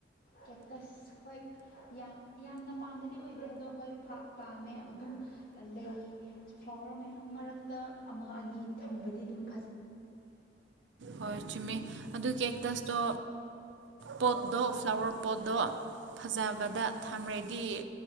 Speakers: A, on the left (about 50°); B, on the right (about 80°).
A: ꯀꯦꯛꯇꯁ ꯍꯣꯏ ꯌꯥꯝ ꯌꯥꯝꯅ ꯄꯥꯝꯕꯗꯤ ꯑꯣꯏꯗꯦ ꯑꯗꯣ ꯍꯣꯏ ꯄꯥꯝꯃꯦ ꯑꯗꯨꯝ ꯂꯩ ꯐ꯭ꯂꯥꯋꯔ ꯃꯌꯥꯝ ꯃꯔꯛꯇ ꯑꯃ ꯑꯅꯤ ꯊꯝꯕꯗꯤ ꯑꯗꯨꯝ ꯐꯖꯩ
B: ꯍꯣꯏ ꯆꯨꯝꯃꯦ ꯑꯗꯨ ꯀꯦꯛꯇꯁꯇꯣ ꯄꯣꯠꯇꯣ ꯐ꯭ꯂꯥꯋꯔ ꯄꯣꯠꯇꯣ ꯐꯖꯕꯗ
A: ꯑꯥ
B: ꯊꯝꯔꯗꯤ